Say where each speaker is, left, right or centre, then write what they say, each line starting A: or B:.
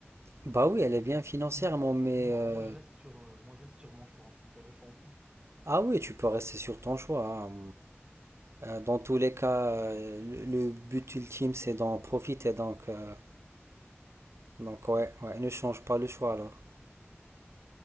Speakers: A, on the right; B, on the right.
A: Bah oui,
B: donc
A: elle est bien
B: voilà.
A: financièrement,
B: Moi,
A: mais...
B: moi,
A: euh,
B: moi, je reste sur, euh, moi, je reste sur mon choix. En tout cas, je change pas.
A: Ah oui, tu peux rester sur ton choix. hein. Euh, dans tous les cas, euh, le, le but ultime, c'est d'en profiter. Donc, euh, donc ouais, ouais, ne change pas le choix alors.